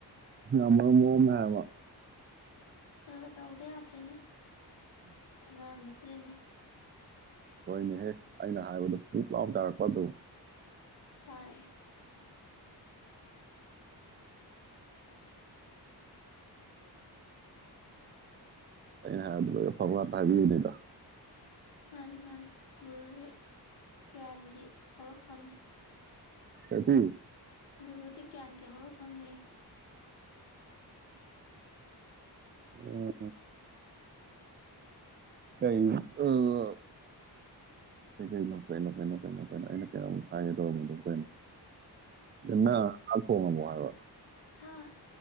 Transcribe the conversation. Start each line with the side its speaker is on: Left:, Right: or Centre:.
Right: ꯌꯥꯝ ꯃꯔꯝ ꯃꯣꯛꯑꯝꯃꯦ ꯍꯥꯏꯕ
Left: ꯈꯔ ꯈꯔ ꯇꯧꯗ ꯌꯥꯗ꯭ꯔꯦꯅꯦ ꯑꯉꯥꯡ ꯅꯠꯇ꯭ꯔꯦꯅꯦ
Right: ꯍꯣꯏꯅꯦꯍꯦꯛ ꯑꯩꯅ ꯍꯥꯏꯕꯗꯣ ꯄꯨꯛ ꯂꯥꯎ ꯇꯔꯛꯄ ꯑꯗꯨ
Left: ꯇꯥꯔꯦ
Right: ꯑꯩꯅ ꯍꯥꯏꯕꯗꯤ ꯐ ꯐ ꯉꯇ ꯍꯥꯏꯕꯤꯌꯨꯅꯤꯗ
Left: ꯃꯥꯅꯤ ꯃꯥꯅꯤ ꯒꯨꯔꯨꯁꯦ ꯒ꯭ꯌꯥꯟꯒꯤ ꯍꯧꯔꯛꯐꯝꯅꯤ
Right: ꯀꯁꯤ
Left: ꯒꯨꯔꯨꯗꯤ ꯒ꯭ꯌꯥꯟꯒꯤ ꯍꯧꯔꯛꯐꯝꯅꯦ
Right: <unintelligible> ꯑꯣ ꯀꯣ ꯀꯩ ꯀꯩꯅꯣ ꯀꯩꯅꯣ ꯀꯩꯅꯣ ꯀꯩꯅꯣ ꯀꯩꯅꯣ ꯑꯩꯅ ꯀꯩꯅꯣꯃꯨꯛ ꯍꯥꯏꯒꯦ ꯇꯧꯔꯝꯕꯗꯣ ꯀꯩꯅꯣ
Left: ꯀꯩꯅꯣ
Right: ꯅ ꯍꯣꯡꯉꯝꯃꯣ ꯍꯥꯏꯕ
Left: ꯍꯥ